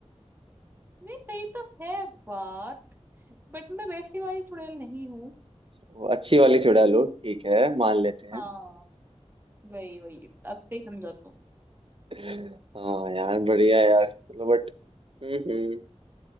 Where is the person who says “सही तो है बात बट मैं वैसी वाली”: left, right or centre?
Right